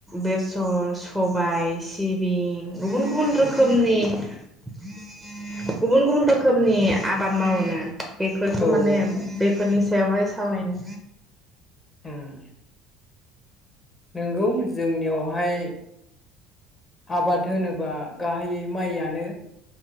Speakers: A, in the centre; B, on the left.
A: बेसर सबाय सिबिं। गुबुन गुबन
B: उम
A: रोख। <unintelligible> गुबुन गुबुन रखोमनि आबाद मावोना। बेफोरखौ
B: औ
A: माने
B: औ
A: बे। फोरनि सायावहाय सावरायनो।
B: ओम। नोंगौ जोंनियावहाय। आबाद होनोबा गाहायै माइआनो।